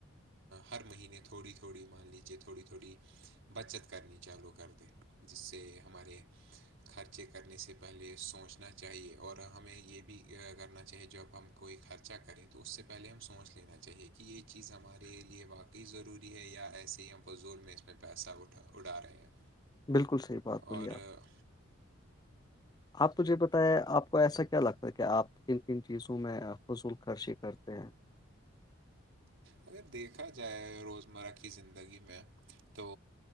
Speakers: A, on the right; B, on the left.
A: ہر مہینے تھوڑی تھوڑی مان لیجیے تھوڑی تھوڑی بچت کرنی چالو کر دیں جس سے ہمارے خرچے کرنے سے پہلے سوچنا چاہیے اور ہمیں یہ بھی کرنا چاہیے جب ہم کوئی خرچہ کرے تو اس سے پہلے ہم سوچ لینا چاہیے کہ یہ چیز ہمارے لیے واقعی کی ضروری ہے یا ایسے ہی ہم فضول میں اس میں پیسہ اٹھا اڑا رہے ہیں
B: بالکل صحیح بات بولی
A: اور
B: آپ نے
A: آ،
B: آپ توجھے بتیا آپ کو ایسا کیا لگتا ہے کہ آپ کن کن چیزوں میں فضول خرشی کرتے ہیں
A: اگر دیکھا جائے روزمرہ کی زندگی میں تو